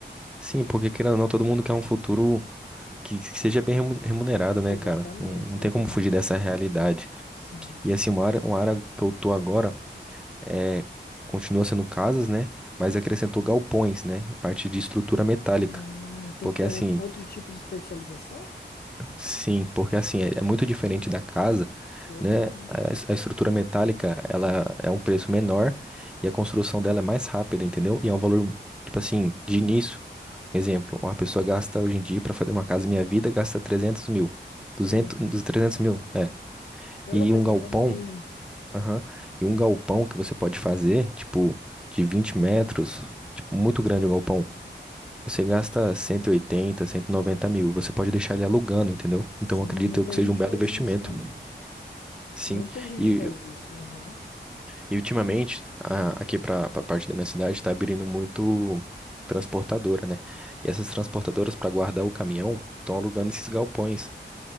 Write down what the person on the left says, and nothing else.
Exatamente,
exatamente.
Sim.
Hum, tem
que ter
um outro tipo de especialização?
Interessante.
Sim.
Pelo
menos,
né? No mínimo.
Sim,
muita
gente
faz
isso, né?
Muita gente
faz isso. aham.